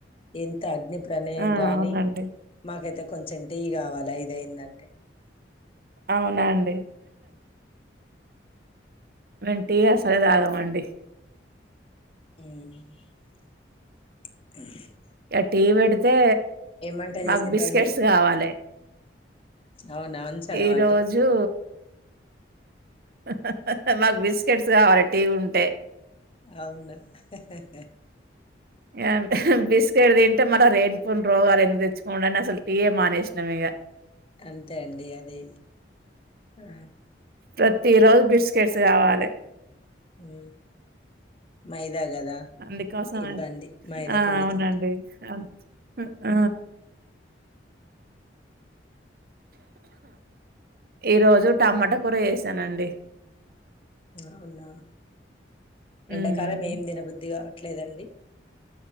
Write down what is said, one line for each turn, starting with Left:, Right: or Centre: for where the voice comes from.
Left: ఎంత అగ్నిప్రయణం
Right: ఆ
Left: రాణి
Right: అవునండి
Left: మాకైతే కొంచెం టీ కావాలి ఐదేంటంటే
Right: అవునండి మేము టి అసలు తాగమండి
Left: ఉ
Right: ఇగ టీ పెడితే
Left: వంటలు
Right: మాకు
Left: చేసిండ్రండి
Right: బిస్కెట్స్ కావాలి
Left: అవునా అలవాటు
Right: ఈరోజు హహహహ మాకు బిస్కెట్స్ కావాలి టీ ఉంటే
Left: అవునా హే హే హే హే
Right: అంటే ఇహ్ బిస్కెట్ తింటే మన లేనిపోని రోగాలు ఎందుకు తెచ్చుకోవడం అసలు టి ఏ మానేసినాం ఇగ
Left: అంతే అండి అది ఆ
Right: ప్రతిరోజు బిస్కెట్స్ కావాలి
Left: ఉ మైదా కదా
Right: అందుకోసమని
Left: ఇబ్బంది మైదా
Right: ఆ
Left: పిండితోటి
Right: అవునండి ఉ ఈరోజు టమోటా కూర చేశానండి
Left: అవునా
Right: హ్మ్
Left: ఎండాకాలం ఏమీ తిని బుద్ధి కావట్లేదండి